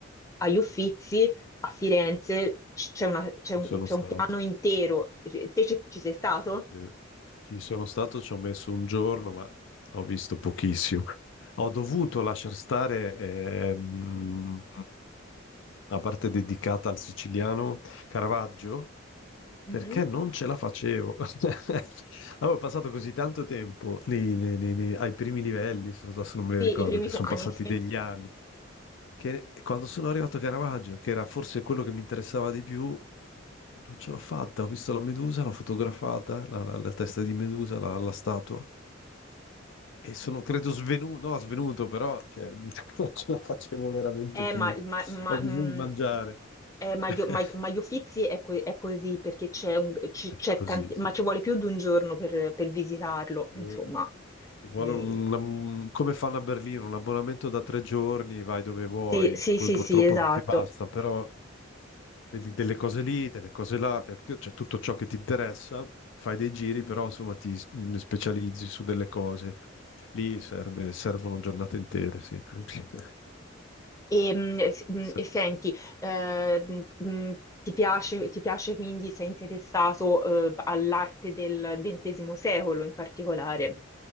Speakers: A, on the left (about 15°); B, on the left (about 65°).
A: Agli Uffizi, a Firenze, c- c'è una- c'è un,
B: ci sono
A: c'è
B: stato.
A: un anno intero. Te ci, ci sei stato?
B: Sì. Ci sono stato, ci ho messo un giorno, ma ho visto pochissimo. Ho dovuto lasciar stare ehm, la parte dedicata al siciliano Caravaggio
A: Mhm.
B: perché non ce la facevo. <laughs> Avevo passato così tanto tempo nei- nei- nei- nei- ai primi livelli, se non adesso non me
A: Sì,
B: li ricordo
A: i primi
B: perché
A: piani,
B: sono passati
A: sì.
B: degli anni, che quando sono arrivato a Caravaggio, che era forse quello che mi interessava di più, non ce l'ho fatta. Ho visto la Medusa, l'ho fotografata, la, la- la testa di Medusa, la, la statua, e sono credo svenuto, no, svenuto, però cioè, <laughs> non ce la facevo veramente
A: Eh,
B: più.
A: ma, ma, ma,
B: Ho bisogno
A: mh,
B: di mangiare.
A: eh, ma
B: <laughs>
A: gli- ma- ma gli Uffizi è, co- è così perché c'è un, ci-
B: È
A: c'è
B: così,
A: tanti,
B: sì.
A: ma ci vuole più di un giorno per, per visitarlo, insomma.
B: Eh, Ci vuole
A: E-
B: un, un- come fanno a Berlino, un abbonamento da tre giorni, vai dove vuoi,
A: sì, sì,
B: poi
A: sì,
B: purtroppo
A: sì, esatto.
B: non ti basta, però Vedi delle cose lì, delle cose là, te- cioè tutto ciò che ti interessa, fai dei giri, però insomma ti s- mh, specializzi su delle cose. Lì serve- servono giornate intere, sì. <laughs>
A: E, mh, s- mh,
B: Se
A: e
B: no,
A: senti, eh, mh, mh, ti piace, ti piace quindi, sei interessato, eh, all'arte del XX secolo in particolare?